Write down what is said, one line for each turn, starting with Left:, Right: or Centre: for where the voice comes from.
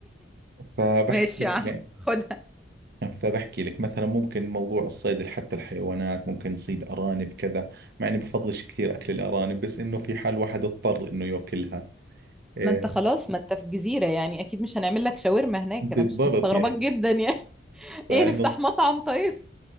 Centre: <laughs>
Right: فبحكي
Centre: ماشي
Right: لك
Centre: يا عم
Right: يعني
Centre: خدها
Right: فبحكي لك مثلا ممكن موضوع الصيد حتى الحيوانات ممكن نصيد أرانب كذا مع إني بفضلش كثير أكل الأرانب بس إنه في حال واحد اضطر إنه يأكلها إيه
Centre: ما انت خلاص ما انت في جزيرة يعني اكيد مش هنعمل لك شاورما هناك
Right: بالضبط
Centre: انا مش مستغرباك
Right: يعني
Centre: جدا يعني <laughs>
Right: فإنه
Centre: ايه نفتح مطعم طيب